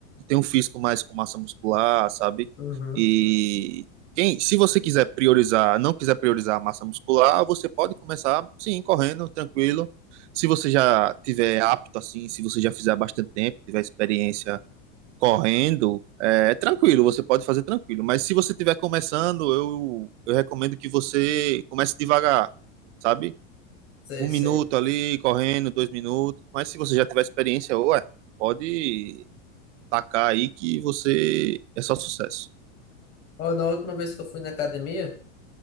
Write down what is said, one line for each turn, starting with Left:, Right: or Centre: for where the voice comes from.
Right: ter um físico mais com massa muscular, sabe?
Left: Uhum.
Right: E quem, se você quiser priorizar, não quiser priorizar a massa muscular, você pode começar, sim, correndo, tranquilo. Se você já tiver apto, assim, se você já fizer há bastante tempo, tiver experiência correndo, é, é tranquilo, você pode fazer tranquilo. Mas se você estiver começando, eu, eu recomendo que você comece devagar, sabe?
Left: Sei,
Right: Um minuto
Left: sei.
Right: ali, correndo, dois minutos. Mas se você já tiver experiência, ué, pode tacar aí que você é só sucesso.
Left: Ó, na última vez que eu fui na academia,